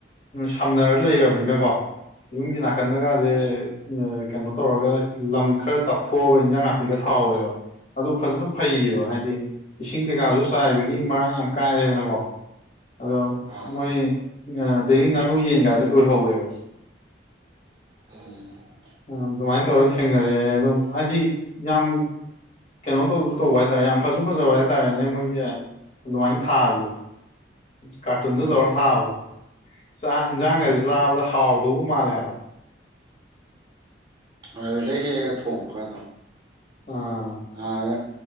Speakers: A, on the left; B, on the right.
A: ꯁꯝꯅꯔ ꯂꯩꯔ ꯅꯤꯅꯀꯣ ꯌꯨꯝꯒꯤ ꯅꯥꯀꯟꯗꯒꯖꯦ
B: ꯍꯥꯏꯔꯛꯑꯣ ꯑꯣ
A: ꯀꯩꯅꯣ ꯇꯧꯔꯒ ꯂꯝ ꯏꯟꯁꯥꯡ ꯅꯥꯄꯤꯒ ꯊꯥꯍꯧꯋꯦꯕ ꯑꯗꯣ ꯐꯖꯅ ꯐꯩꯌꯦꯕ ꯍꯥꯏꯗꯤ ꯏꯁꯤꯡ ꯀꯩꯀꯥꯁꯨ ꯆꯥꯏꯕꯒꯤ ꯃꯔꯥꯡ ꯌꯥꯝ ꯀꯥꯏꯔꯦꯗꯅꯀꯣ꯫ ꯑꯗꯣ
B: ꯑꯥ
A: ꯃꯣꯏ꯫ ꯑꯗꯒꯤ ꯉꯥꯅꯨ ꯌꯦꯟꯒꯥꯥꯖꯦ ꯂꯣꯏꯍꯧꯋꯦꯕ꯫
B: ꯑ꯫
A: ꯑꯗꯨꯃꯥꯏ ꯇꯧꯔꯒ- ꯊꯦꯡꯅꯔꯑꯦ ꯑꯗꯨꯝ ꯍꯥꯏꯗꯤ ꯌꯥꯝ- ꯀꯩꯅꯣ ꯇꯧꯁꯨ ꯇꯧꯕ ꯍꯥꯏꯇꯥꯔꯦ ꯌꯥꯝ ꯐꯖ ꯐꯖꯕ ꯍꯥꯏꯇꯥꯔꯦꯅꯦ ꯃꯣꯏꯒꯤ ꯑꯗꯨꯃꯥꯏꯅ ꯊꯥꯕꯤꯗꯣ꯫ ꯀꯥꯔꯇꯨꯟꯗ
B: ꯎꯝ
A: ꯇꯧꯔ ꯊꯥꯕꯗꯣ ꯆꯥꯛ ꯏꯟꯖꯥꯡꯒꯁꯦ
B: ꯍꯣꯏ
A: ꯆꯥꯕꯗ ꯍꯥꯎꯗꯧꯕ ꯃꯥꯜꯂꯦ ꯍꯥꯏꯕ꯫
B: ꯑ- ꯑꯗꯨꯗꯩ ꯍꯦꯛꯑꯥꯒ ꯊꯣꯡꯕꯒ ꯊꯣꯡꯕꯥ ꯑꯗꯨꯝ꯫
A: ꯑꯥ
B: ꯑꯥꯗ꯫